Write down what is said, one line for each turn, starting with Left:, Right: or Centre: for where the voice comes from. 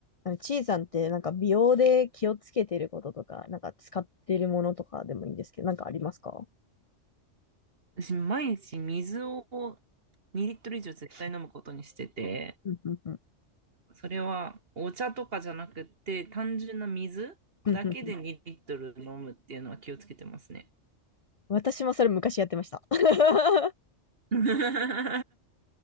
Left: あの、ちいさんってなんか美容で気をつけてることとか、なんか使ってるものとかでもいいんですけど、なんかありますか
Right: 私、毎日水を2リットル以上絶対飲むことにしてて、
Left: うんうんうん
Right: それはお茶とかじゃなくて、単純な水だけで2リットル飲むっていうのは気をつけてますね。
Left: うんうん私もそれ昔やってました。<laughs>
Right: <laughs>